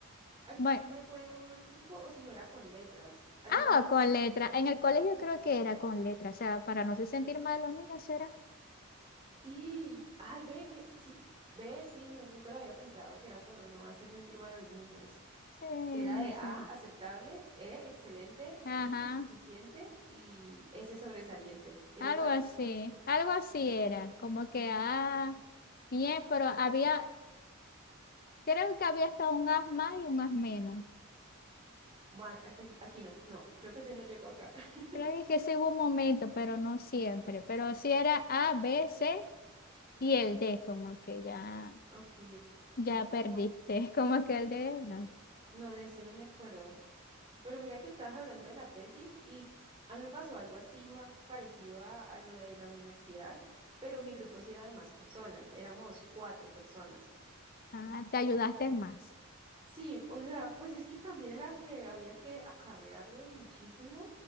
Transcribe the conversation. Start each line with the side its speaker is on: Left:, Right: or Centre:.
Right: Aquí
Left: bueno,
Right: siempre fue de uno a 5, o si no era con letras. Allá
Left: Ah,
Right: también
Left: con
Right: es...
Left: letra. En el colegio creo que era con letra, o sea, para no se sentir mal los niños era.
Right: Sí. Ay, ve que... Sí. Ve, sí. no- nunca lo había pensado que era por no hacer sentir mal a los niños.
Left: Sí,
Right: Que era
Left: no
Right: de A,
Left: sé.
Right: aceptable, E, excelente,
Left: Ajá,
Right: I, insuficiente y S, sobresaliente. ¿Era
Left: algo
Right: igual?
Left: así, algo así era, como que, ah, bien, pero había, creo que había hasta un as más y un as menos.
Right: Bueno, acá- aquí, no. No, creo que ese no llegó acá. <laughs>
Left: Creo que sí hubo un momento, pero no siempre, pero sí era A, B, C y el D, como que ya,
Right: Ok.
Left: ya perdiste,
Right: No,
Left: <laughs> como que el D, no,
Right: no, de ese no me acuerdo. Pero mira que estabas hablando de la tesis y a mí me pasó algo así ma- parecido a, a lo de la universidad, pero mi grupo sí era de más personas, éramos cuatro personas.
Left: ah, te ayudaste más.
Right: Sí, o sea, pues es que también era que había que acarrearlos muchísimo